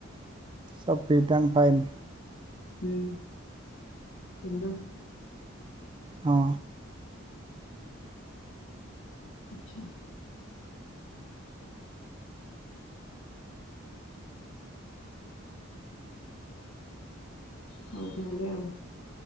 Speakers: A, on the right; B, on the left.
A: ସବୁ ଫିଟ୍ ଆଣ୍ଡ ଫାଇନ୍।
B: ହୁଁ ତମର?
A: ହଁ।
B: ଆଚ୍ଛା। ହଉ ତାହଲେ ଆଉ।